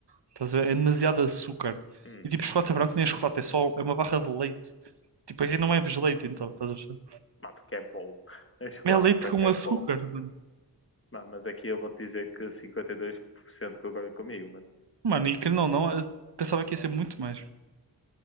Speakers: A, on the right; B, on the left.
A: Estás a ver? É demasiado açúcar.
B: Hum,
A: E tipo, chocolate branco nem é chocolate, é só é uma barra de leite. Tipo, aqui não é leite, então, estás a ver?
B: mas porque é bom. <laughs> O chocolate
A: É leite
B: branco
A: com
B: é
A: açúcar,
B: bom.
A: mano.
B: Mano, mas aqui eu vou-te dizer que 52% concorda comigo, mano.
A: Mano, e que não, não, eu pensava que ia ser muito mais.